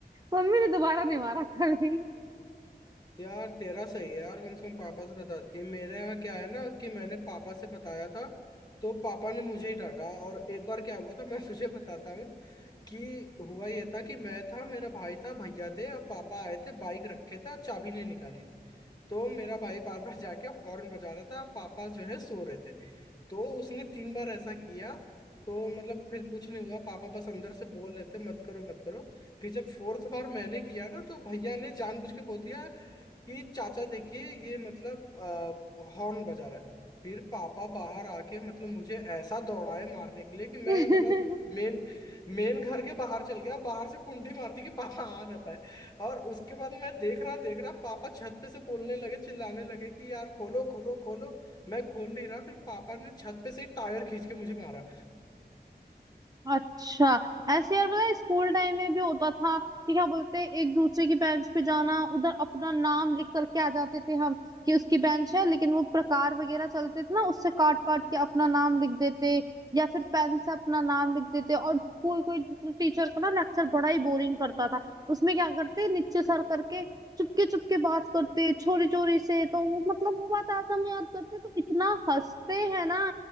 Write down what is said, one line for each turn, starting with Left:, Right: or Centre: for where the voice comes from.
Right: मम्मी ने दोबारा नहीं मारा कभी
Left: यार तेरा सही है यार कम से कम पापा से बताती है मेरे यहाँ क्या है ना कि मैंने पापा से बताया था तो पापा ने मुझे ही डांटा और एक बार क्या हुआ था मैं तुझे बताता कि हुआ ये था कि मैं था मेरा भाई था भैया थे और पापा आए थे बाइक रखे थे और चाबी नहीं निकाली थी तो मेरा भाई बार बार जाके हॉर्न बजा रहा था पापा जो है सो रहे थे तो उसने तीन बार ऐसा किया तो मतलब फिर कुछ नहीं हुआ पापा बस अंदर से बोल रहे थे मत करो मत करो फिर जब फोर्थ बार मैंने किया ना तो भैया ने जानबूझ के बोल दिया कि चाचा देखिए ये मतलब हॉर्न बजा रहा है फिर पापा बाहर आके मतलब मुझे ऐसा दौड़ाए मारने के लिए कि
Right: <laughs>
Left: मैं मतलब मेन मेन घर के बाहर चल गया बाहर से कुंडी मार दी कि पापा आ ना पाए और उसके बाद मैं देख रहा देख रहा पापा छत पे से बोलने लगे चिल्लाने लगे कि यार खोलो खोलो खोलो मैं खोल नहीं रहा फिर पापा ने छत पे से ही टायर खींच के मुझे मारा
Right: अच्छा ऐसे यार पता है स्कूल टाइम में भी होता था कि क्या बोलते हैं एक दूसरे की बेंच पे जाना उधर अपना नाम लिख करके आ जाते थे हम कि उसकी बेंच है लेकिन वो प्रकार वगैरह चलते थे ना उससे काट पाट के अपना नाम लिख देते या फिर पेन से अपना नाम लिख देते और कोई कोई टीचर का ना लेक्चर बड़ा ही बोरिंग करता था उसमें क्या करते नीचे सर करके चुपके चुपके बात करते चोरी चोरी से तो वो मतलब वो बात आज हम याद करते तो इतना हंसते हैं ना